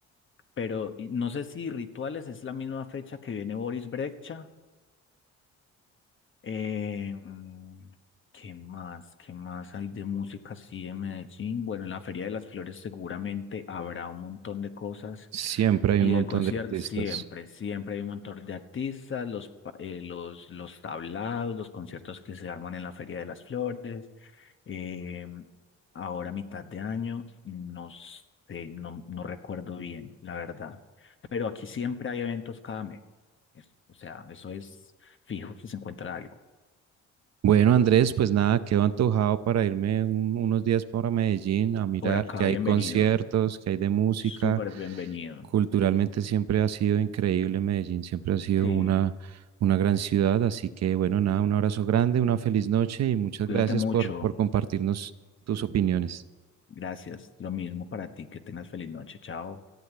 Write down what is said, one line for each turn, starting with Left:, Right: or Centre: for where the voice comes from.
Left: pero y- no sé si Rituales es la misma fecha que viene Boris Brejcha. Eh, mm, ¿qué más? ¿Qué más hay de música así en Medellín? Bueno, en la Feria de las Flores seguramente habrá un montón de cosas.
Right: Siempre hay un
Left: Y
Right: montón
Left: de conciertos,
Right: de artistas.
Left: siempre, siempre hay un montón de artistas, los, pa- eh, los, los tablados, los conciertos que se arman en la Feria de las Flores. eh, ahora, a mitad de año, no sé, no, no recuerdo bien, la verdad. Pero aquí siempre hay eventos cada mes. O sea, eso es fijo que se encuentra algo.
Right: Bueno, Andrés, pues nada, quedo antojado para irme un- unos días para Medellín a mirar
Left: Por acá,
Right: qué hay
Left: bienvenido,
Right: conciertos, qué hay de música.
Left: súper bienvenido.
Right: Culturalmente siempre ha sido increíble Medellín, siempre ha sido
Left: Sí,
Right: una, una gran ciudad, así que bueno, nada, un abrazo grande, una feliz noche y muchas
Left: cuídate
Right: gracias
Left: mucho.
Right: por, por compartirnos tus opiniones.
Left: Gracias. Lo mismo para ti, que tengas feliz noche. Chao.